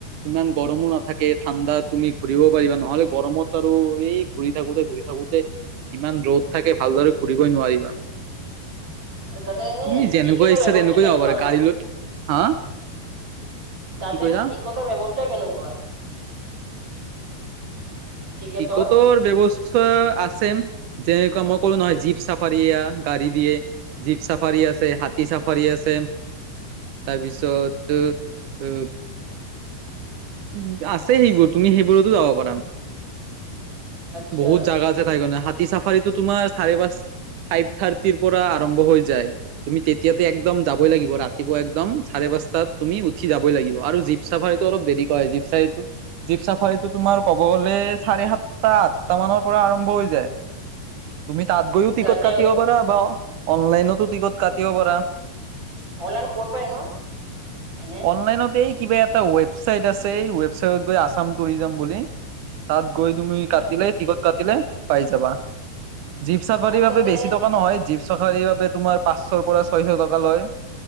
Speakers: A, on the right; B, on the right.
A: ইমান গৰমো নাথাকে। তে ঠাণ্ডা তুমি ঘূৰিব পাৰিবা, নহ'লে গৰমত আৰু এই ঘূৰি থাকোতে ঘূৰি থাকোঁ তে ইমান ৰ'দ থাকে ভালদৰে ফুৰিবই নোৱাৰিবা।
B: তাতে এনে
A: তুমি যেনেকুৱা
B: টিকেটৰ
A: ইচ্ছা
B: ব্যৱস্থা
A: তেনেকুৱা
B: কেনেকুৱানো
A: যাব পাৰা, গাড়ী লৈ হা
B: তাতে
A: কি কৈলা
B: এনে টিকটৰ ব্যৱস্থা কেনেকুৱা? টিকেটৰ
A: টিকটৰ ব্যৱস <inaudible> ব্যৱস্থা আছে। যেনেকুৱা মই কলো নহয় জীপ চাফাৰী গাড়ী দিয়ে। <inaudible> জীপ চাফাৰী আছে, হাতী চাফাৰী আছে। <inaudible> তাৰপিছত অ <inaudible> <unintelligible> আছে সেইবোৰ তুমি সেইবোৰতো যাব পাৰা।
B: আচ্ছা
A: বহুত জাগা আছে ঠাইকনে হাতী চাফাৰীটো তোমাৰ চাৰে পাঁচ <inaudible> ফাইভ থাৰ্টিৰ পৰা আৰম্ভ হৈ যায়। <unintelligible> তুমি তেতিয়াতে একদম যাবই লাগিব ৰাতিপুৱা একদম চাৰে পাঁচ <inaudible> তাত তুমি উঠি যাবই লাগিব আৰু জীপ চাফাৰীটো অলপ দেৰিকৈ হয়। জীপ চাফাৰী, জীপ চাফাৰীটো তোমাৰ <inaudible> ক'ব গলে চাৰে সাত <inaudible> সাতটা, আঠটা মানৰ পৰা আৰম্ভ হৈ যায় তুমি তাত গৈও টিকট
B: তেওঁ
A: কাটিব পাৰা বা <inaudible> অনলাইনতো টিকট কাটিব পাৰা। <inaudible>
B: অনলাইন ক'ৰ পাই ন এনে
A: অনলাইনতেই <inaudible> কিবা এটা ৱেবচাইট আছে। ৱেবচাইটত গৈ আছাম টুৰিজাম বুলি <inaudible> তাত গৈ তুমি
B: আচ্ছা
A: কাটিলে টিকট কাটিলে পাই যাবা। <inaudible> জীপ চাফাৰীৰ
B: আৰু
A: বাবে
B: তাতে
A: বেছি
B: এনে
A: টকা নহয় জীপ চাফাৰীৰ বাবে তোমাৰ পাঁচশৰ পৰা ছয়শ টকা লয়। <inaudible>